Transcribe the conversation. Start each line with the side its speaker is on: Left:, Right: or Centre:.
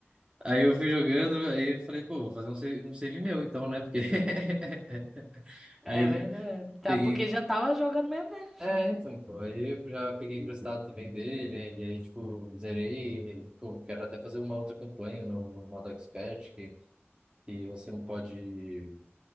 Right: Aí eu fui jogando, aí eu falei, pô, vou fazer um save, um save meu então, né? Porque. <laughs>
Centre: É
Right: Aí
Centre: verdade. Tá,
Right: peguei,
Centre: porque já tava jogando mesmo, né?
Right: É, então, então, aí eu já peguei emprestado também dele, e aí, tipo, zerei, e, pô, quero até fazer uma outra campanha no, no modo expert, que, que você não pode